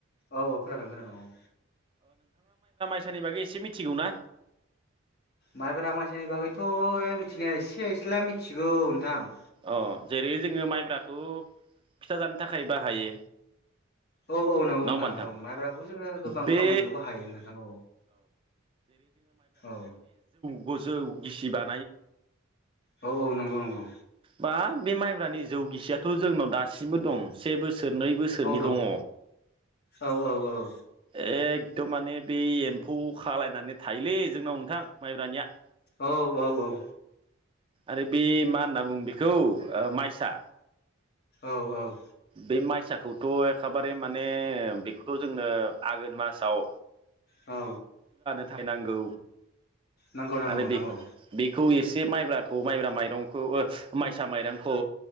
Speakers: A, on the left; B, on the right.
A: औ औ खोनादों खोनादों औ।
B: फैसानि बागै एसे मिथिगौ ना?
A: माइब्रा मायसानि बागैथ' थिनाया एसे एस्ला मिथिगौ नोंथां।
B: अ जेरै जोङो माइब्राखौ फिथा जानो थाखाय बाहायो।
A: औ औ नंगौ
B: नङा
A: नोंथां
B: होमबा
A: औ माइब्राखौ जोङो गोबां
B: बे
A: खामानियाव बाहायो नोंथां औ औ।
B: गोजौ गिसिबा।
A: औ औ नंगौ नंगौ।
B: बा बे माइब्रानि जौ गिसियाथ' जोंनाव दासिमबो दं से बोसोर नै बोसोरनि
A: औ दं
B: दङ।
A: औ औ औ
B: एक दम माने बे एम्फौ खालायनानै थायोलै जोंनाव नोंथां माइब्रानिया।
A: औ औ औ
B: आरो बे मा होनना बुं बेखौ ओ माइसा
A: औ औ
B: बे माइसाखौथ' एखेबारे माने बेखौथ' जोंनो आघोन मासाव
A: औ
B: फोथायनांगौ।
A: नांगौ नांगौ
B: आरो
A: नोंथां
B: बे
A: औ
B: बेखौ एसे माइब्राखौ माइब्रा माइ दंखौ ओ माइसा माइरंखौ